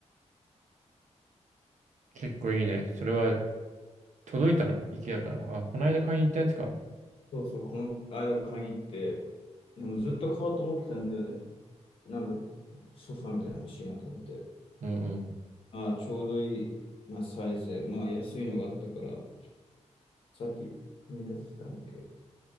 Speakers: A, on the right; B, on the left.
A: 結構いいね。それは届いたな、IKEA から。あ、この間買いに行ったやつか。
B: そうそう、この間買いに行って、でもずっと買おうと思ってたんだよね。なんか、ソファーみたいなの欲しいなと思って。
A: うんうん。
B: ああ、ちょうどいい、まあ、サイズで、まあ、安いのがあったから、さっき組み立ててたんだけど。